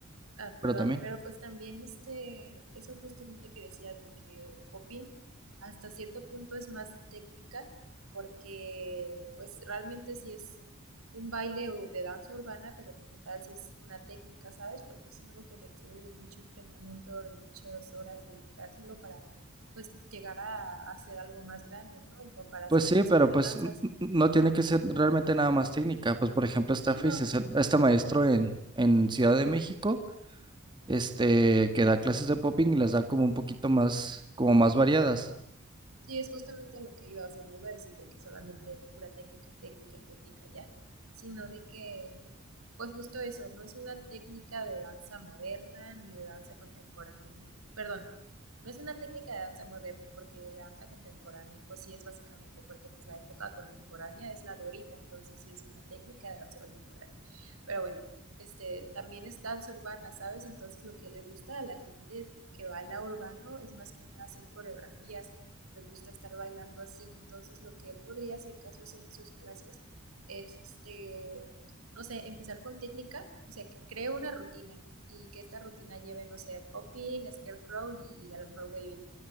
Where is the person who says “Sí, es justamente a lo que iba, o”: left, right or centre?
Right